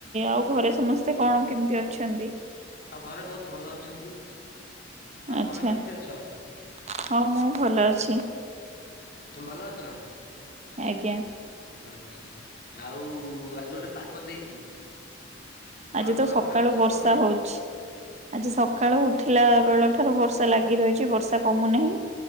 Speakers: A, on the right; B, on the left.
A: ଆଉ ଘରେ ସମସ୍ତେ କଣ କେମିତି ଅଛନ୍ତି?
B: ଆଉ ଘରେ ବହୁତ ଭଲ ଅଛନ୍ତି। ଆଉ
A: ଆଛା
B: ତମେ କେମିତି ଅଛ
A: ହଉ ମୁଁ ଭଲ ଅଛି।
B: ତୁମ ଭଲ ଅଛ?
A: ଆଜ୍ଞା
B: ଆଚ୍ଛା ଆଉ ଆଜି ଗୋଟେ ପାଗ ଦେଇଛି। କଣ
A: ଆଜି ତ
B: ବରା
A: ସକାଳୁ
B: ଫରା କଷା
A: ବର୍ଷା
B: କରୁନ
A: ହଉଛି। ଆଜି ସକାଳୁ ଉଠିଲା ବେଳ ଠାରୁ ବର୍ଷା ଲାଗି ରହିଛି ବର୍ଷା କମୁ ନାହିଁ।